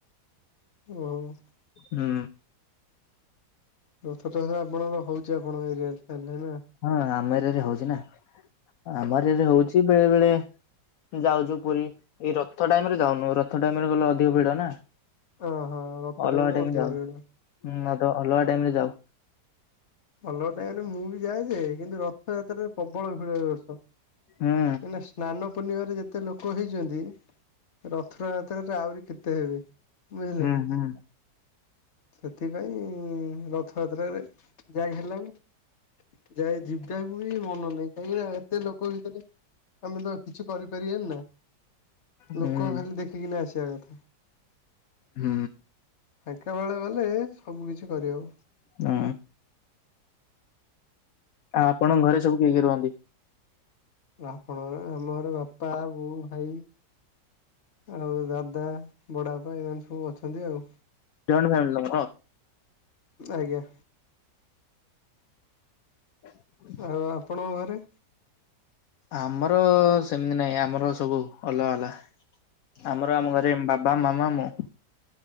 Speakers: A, on the left; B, on the left.
A: ଓ ପ୍। ହଁ <unintelligible>
B: ହୁଁ।
A: ରଥଟଣା ଆପଣର ହଉଛି ଆପଣଙ୍କ ଏରିଆରେ ତାଲେ ନା।
B: ହଁ ଆମ ଏରିଆରେ ହଉଛି ନା ଆମ ଏରିଆରେ ହଉଛି ବେଳେ ବେଳେ ଯାଉଛୁ ପୁରୀ ଏଇ ରଥ ଟାଇମ ରେ ଯାଉନୁ ରଥ ଟାଇମରେ ଗଲେ ଅଧିକ ଭିଡ ନା।
A: ଓହୋ ରଥ
B: ଅଲଗା
A: ରେ
B: ଟାଇମ
A: ଅଧିକା
B: ଯାଉ
A: ଭିଡ
B: ହୁଁ ତ ଅଲଗା ଟାଇମରେ ଯାଉ।
A: ଅଲଗା ଟାଇମ ରେ ମୁଁ ବି ଯାଏ ଯେ କିନ୍ତୁ ରଥଯାତ୍ରାରେ ପ୍ରବଳ ଭିଡ ଏ ବର୍ଷ। ଏଇନା
B: ହୁଁ
A: ସ୍ନାାନ ପ ପୂର୍ଣ୍ଣିମାରେ ଯେତେ ଲୋକ ହେଇଛନ୍ତି। ରଥଯାତ୍ରାରେ ଆହୁରି କେତେ ହେବେ? ବୁଝିଲେ
B: ହୁଁ
A: ନା।
B: ହୁଁ
A: ସେଥିପାଇଁ ରଥଯାତ୍ରାରେ ଯାଇ ହେଲାନି। ଯାଇ ଯିବେ। ପୁରି ମନ ନାହିଁ। କାହିଁକି ନା ଏତେ ଲୋକ ଭିତରେ ଆମେ ତ କିଛି କରିପାରିବନି ନା?
B: ହୁଁ
A: ଲୋକ ଖାଲି ଦେଖିକି ନା ଆସିବା କଥା।
B: ହୁଁ।
A: ହେତେବେଳେ ଗଲେ ସବୁକିଛି କରିହେବ।
B: ହୁଁ, ଆ ଆପଣଙ୍କ ଘରେ ସବୁ କିଏ କିଏ ରୁହନ୍ତି?
A: ଆପଣର ଆମର ବାପା, ବୋଉ, ଭାଇ। ଆଉ ଦାଦା, ବଡ ବାପା ଏଇମାନେ ମାନେ ସବୁ ଅ ଅଛନ୍ତି ଆଉ।
B: ଜଏଣ୍ଟ ଫ୍ୟାମିଲି ତମର?
A: ଆଜ୍ଞା।
B: ହ <unintelligible>
A: ଆଉ ଆପଣଙ୍କ ଘରେ?
B: ଆମର ସେମିତି ନାଇଁ ଆମର ସବୁ ଅଲଗା ଅଲଗା। ଆମର ଆମ ଘରେ ବାବା, ମାମା, ମୁଁ।